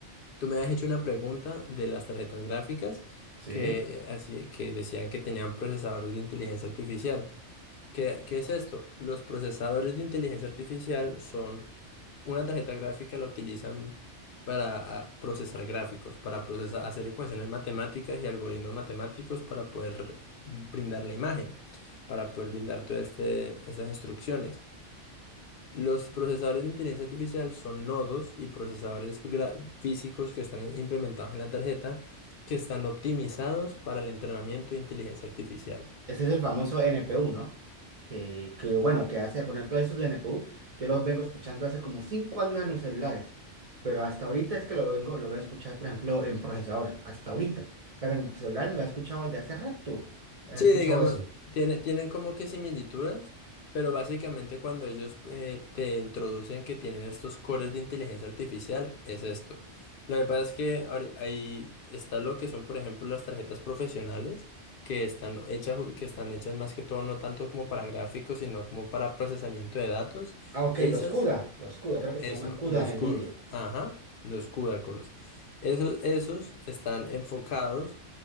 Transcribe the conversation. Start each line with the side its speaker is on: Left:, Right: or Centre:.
Left: Tú me has hecho una pregunta de las tarjetas gráficas
Right: Sí.
Left: que, eh, así, que decían que tenían procesadores de inteligencia artificial. ¿Qué, qué es esto? Los procesadores de inteligencia artificial son una tarjeta gráfica, la utilizan para ah, procesar gráficos, para procesar, hacer ecuaciones matemáticas y algoritmos matemáticos para poder brindar la imagen, para poder brindar todas este, estas instrucciones. Los procesadores de inteligencia artificial son nodos y procesadores gra- físicos que están en- implementados en la tarjeta que están optimizados para el entrenamiento de inteligencia artificial.
Right: Ese es el famoso NPU, ¿no? Que, que, bueno, que hace, por ejemplo, esos de NPU, yo los vengo escuchando hace como cinco años en los celulares, pero hasta ahorita es que lo vengo, lo voy a escuchar, por ejemplo, en procesadores, hasta ahorita, pero en celulares lo he escuchado desde hace rato, he
Left: Sí,
Right: escuchado
Left: digamos,
Right: eso.
Left: tiene, tienen como que similitudes, pero básicamente cuando ellos eh, te introducen que tienen estos cores de inteligencia artificial, es esto. Lo que pasa es que ahori- ahí está lo que son, por ejemplo, las tarjetas profesionales, que están hechas, ju- que están hechas más que todo no tanto como para gráficos, sino como para procesamiento de datos.
Right: Ah, ok,
Left: Esas
Right: los CUDA, los CUDA, creo que
Left: eso,
Right: se llaman CUDA
Left: los
Right: en
Left: cu-
Right: NVIDIA.
Left: ajá, los CUDACORS. Esos, esos están enfocados